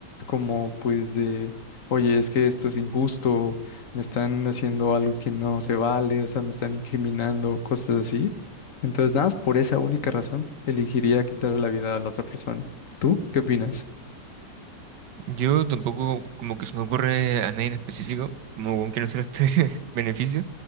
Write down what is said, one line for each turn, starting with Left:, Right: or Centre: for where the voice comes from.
Left: como pues de, oye, es que esto es injusto, me están haciendo algo que no se vale, o sea, me están incriminando, cosas así. Entonces, nada, más por esa única razón, elegiría quitarle la vida a la otra persona. ¿Tú qué opinas?
Right: Yo tampoco como que se me ocurre a nadie en específico, como con quién hacer este <laughs> beneficio,